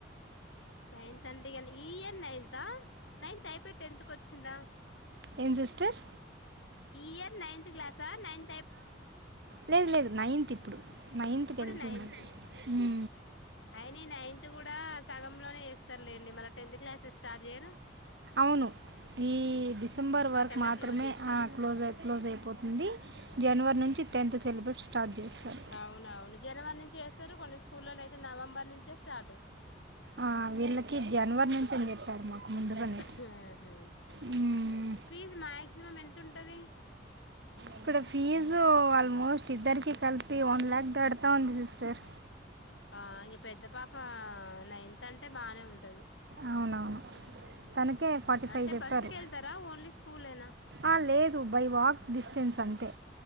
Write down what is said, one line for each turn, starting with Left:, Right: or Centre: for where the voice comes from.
Left: నైన్త్ అంటే కానీ ఈ ఇయర్ నైన్త్ ఆ నైన్త్ అయిపోయి టెన్త్ కచ్చిందా
Right: ఏం సిస్టర్
Left: ఈ ఇయర్ నైన్త్ క్లాసా నైన్
Right: లేదు లేదు నైన్త్ ఇప్పుడు నైన్త్కి
Left: ఇప్పుడు
Right: వెళ్తున్నా
Left: నైన్త్
Right: ఊ
Left: అయిన నైన్త్ కూడా సగంలోనే చేస్తారులేండి మళ్ళి టెన్త్ క్లాస్ స్టార్ట్ చేయరు
Right: అవును ఈ డిసెంబర్ వరకు
Left: కల్లా
Right: మాత్రమే
Left: క్లోజ్ చేస్తారు
Right: ఆ క్లోజ్ అయి క్లోజ్ అయిపోతుంది జనవరి నుంచి టెన్త్ సిలబస్ స్టార్ట్ చేస్తారు
Left: అవునవును జనవరి నుంచి ఏస్తరు కొన్ని స్కూల్లల్లో అయితే నవంబర్ నుంచే స్టాటు
Right: ఆ వీళ్ళకీ జనవరి నుంచే అని చెప్పారు మాకు ముందుగానే
Left: హు ఆహా
Right: మ్మ్.
Left: ఫీజు మాక్సిమం ఎంతుంటదీ
Right: ఇక్కడ ఫీజూ ఆల్మోస్ట్ ఇద్దరికి కలిపి వన్ ల్యాక్ దడతా ఉంది సిస్టర్
Left: ఆ ఇంగ పెద్ద పాపా నైన్త్ అంటే బానే ఉంటది
Right: అవునవును తనకే ఫార్టీ
Left: అంటే
Right: ఫైవ్ చెప్పారు.
Left: బస్సుకి వెళ్తారా ఓన్లీ స్కూలేనా
Right: అ లేదు బై వాక్ డిస్టెన్స్ అంతే